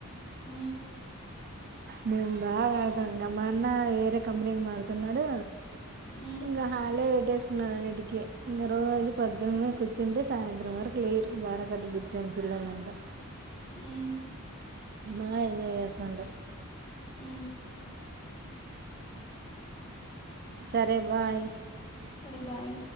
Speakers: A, on the left (about 25°); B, on the right (about 45°).
A: అ
B: మేం బాగా ఆడతాంగా మా అన్న వేరే కంపెనీకి మారుతున్నాడు
A: మ్మ్
B: ఇంగ హాలిడే పే పనాడికి ఇంగ రోజు పద్దన్నే కూర్చుంటే సాయంత్రం వరకు లేరు బార కట్ట కూర్చొని పిల్లలంతా
A: ఎవ్
B: బా ఎంజాయ్ చేస్తుంటారు
A: ఊ
B: సరే బాయ్
A: సరె బాయ్